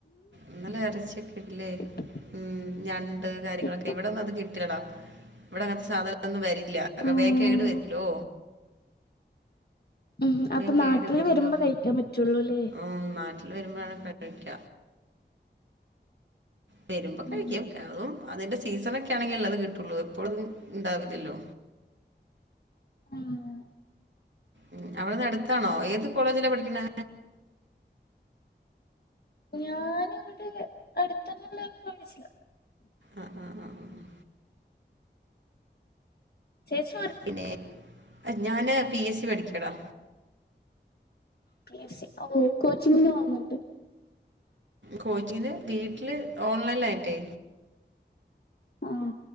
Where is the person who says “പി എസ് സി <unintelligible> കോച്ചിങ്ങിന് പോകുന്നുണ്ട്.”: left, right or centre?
Left